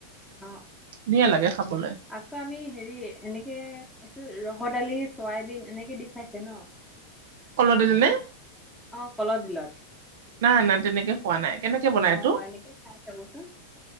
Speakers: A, in the centre; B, on the right.
A: অ'।
B: ধুনীয়া লাগে খাবলৈ।
A: আকৌ আমি হেৰি এনেকে খাইছো, ৰহৰ দালি চয়াবিন এনেকে দি খাইছে ন'?
B: কলৰ দিল নে?
A: অ', কলৰ দিলত।
B: নাই অনা তেনেকে। খোৱা নাই। কেনেকে বনাই
A: অ',
B: এইটো
A: এনেকে খাই চাবচোন।